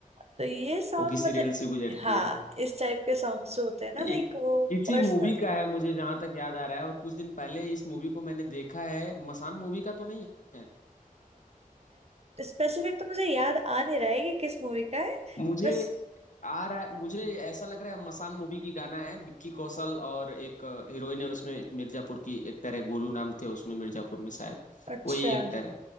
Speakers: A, on the right; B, on the left.
A: तो ये सॉन्ग
B: वो किसी
A: मतलब
B: रेल से गुजरती
A: हाँ
B: है
A: इस टाइप के सॉन्ग्स जो होते हैं ना लाइक
B: एक
A: वो
B: किसी
A: पर्सनली
B: मूवी का है मुझे जहां तक याद आ रहा है और कुछ दिन पहले इस मूवी को मैंने देखा है मसान मूवी का तो नहीं है
A: स्पेसिफिक तो मुझे याद आ नहीं रहा है कि किस मूवी का है
B: मुझे
A: बस
B: आ रहा है मुझे ऐसा लग रहा है मसान मूवी की गाना है विक्की कौशल और एक हीरोइन है उसमें मिर्जापुर की एक्टर है गोलू नाम थे उसमें मिर्जापुर में शायद
A: अच्छा
B: वही एक्टर है